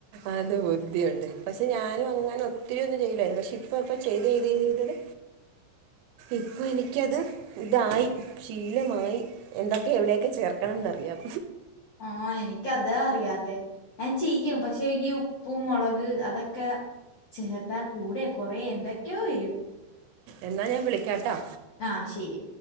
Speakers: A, on the right (about 85°); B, on the left (about 85°).
A: അത് ബുദ്ധിയുണ്ട് പക്ഷെ ഞാനും അങ്ങനെ ഒത്തിരി ഒന്നും ചെയ്യൂലായിരുന്നു പക്ഷെ ഇപ്പ ഇപ്പൊ ചെയ്ത് ചെയ്ത് ചെയ്ത് ചെയ്തത് ഇപ്പൊ എനിക്കത് ഇതായി ശീലമായി എന്തൊക്കെ എവിടെയൊക്കെ ചേർക്കണംന്നറിയാം
B: ആഹ് എനിക്കതാ അറിയാത്തെ ഞാൻ ചെയ്യും പക്ഷെ ഈ ഉപ്പും മുളക് അതൊക്കെ ചേർത്താ കൂടെ കൊറയെ എന്തൊക്കെയോ വരും
A: എന്നാ ഞാൻ വിളിക്കാട്ടോ
B: ആഹ് ശരി